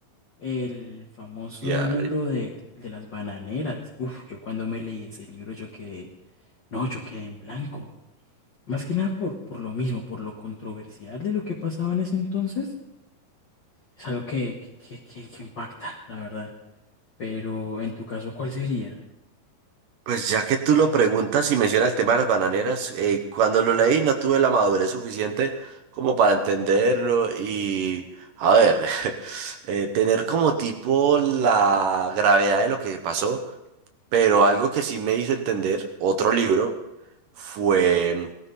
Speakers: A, on the left; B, on the right.
A: el famoso
B: Ya,
A: libro de, de las bananeras. Uf, yo cuando me leí ese libro yo quedé, no, yo quedé en blanco. Más que nada por, por lo mismo, por lo controversial de lo que pasaba en ese entonces. Es algo que, que, que- que- que impacta, la verdad. Pero en tu caso, ¿cuál sería?
B: Pues ya que tú lo preguntas y menciona el tema de las bananeras, eh, cuando lo leí no tuve la madurez suficiente como para entenderlo y, a ver, <laughs> eh, tener como tipo la gravedad de lo que pasó, pero algo que sí me hizo entender otro libro fue